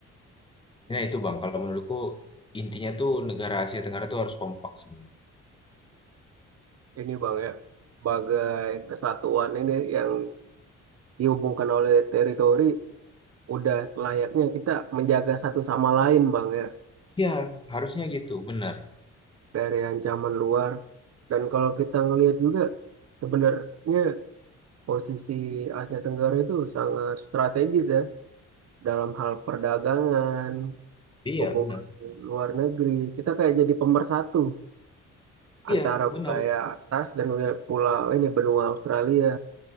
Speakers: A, on the left; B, on the right.
A: Sebenarnya itu Bang kalau menurutku intinya tuh negara Asia Tenggara tuh harus kompak sebenarnya.
B: ini bang ya, bagai kesatuan ini yang dihubungkan oleh teritori, udah selayaknya kita menjaga satu sama lain bang ya,
A: Iya, harusnya gitu, benar.
B: dari ancaman luar. Dan kalau kita ngelihat juga, sebenarnya posisi Asia Tenggara itu sangat strategis ya, dalam hal perdagangan,
A: Iya,
B: hubungan
A: benar.
B: luar negeri, kita kayak jadi pemersatu.
A: Iya,
B: antara
A: benar.
B: wilayah atas dan wilayah pulau ini benua Australia.